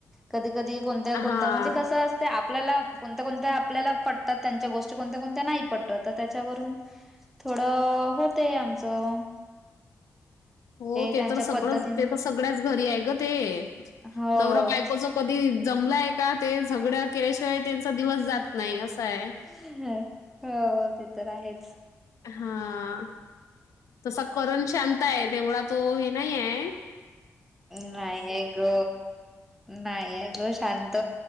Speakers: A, in the centre; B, on the left.
A: कधी कधी कोणत
B: हां.
A: कोणत म्हणजे कसं अस ते आपल्याला कोणत्या कोणत्या आपल्याला पटतात त्यांच्या गोष्टी कोणत्या कोणत्या नाही पटत त त्याच्यावरून थोडं अ होतय आमचं.
B: हो ते
A: त्यांच्या
B: तर सगळंच
A: पद्धतीने
B: ते तर सगळ्याच घरी हाय ग ते
A: हो
B: नवरा बायकोच कधी जमलाय का ते झगड केल्याशिवाय त्यांचा दिवस जात नाय असाय.
A: हं हा हो ते तर आहेच.
B: हां तसा करण शांत ये तेवढा तो हे नाहीये.
A: नाहीये ग नाहीये गं शांत